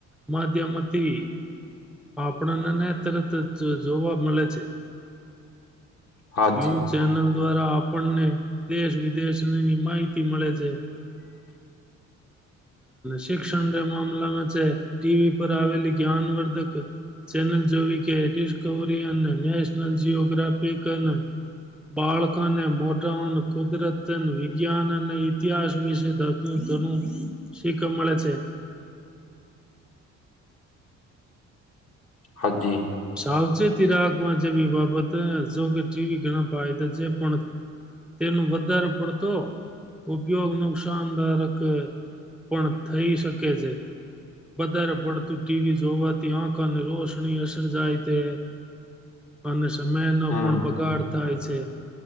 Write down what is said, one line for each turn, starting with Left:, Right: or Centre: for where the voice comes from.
Centre: માધ્યમથી આપણનને તરતજ જોવા મલે છે.
Left: હાજી
Centre: ન્યૂઝ ચેનલ દ્વારા આપણને દેશ વિદેશની માહિતી મળે છે. શિક્ષણ મામલામાં છે ટીવી પર આવેલી જ્ઞાનવર્ધક ચેનલ જોવી કે ડિસ્કવરી અને નેશનલ જીઓ. ટ્રાફિક અને બાળકોને મોટા અને કુદરત, વિજ્ઞાન અને ઇતિહાસ વિશે ધણું શીખવા મળે છે.
Left: હા, જી.
Centre: સાવચેતી રાખ. જેવી બાબત જો કે ટીવી ઘણા ફાયદા છે, પણ તેનું વધારે પડતો ઉપયોગ નુકસાનદારક પણ થઈ શકે છે. વધારે પડતું ટીવી જો હોવાથી ત્યા આખાની રોશનીયશ જાય તે અને સમય નો
Left: હમ
Centre: પણ બગાડ. થાય છે.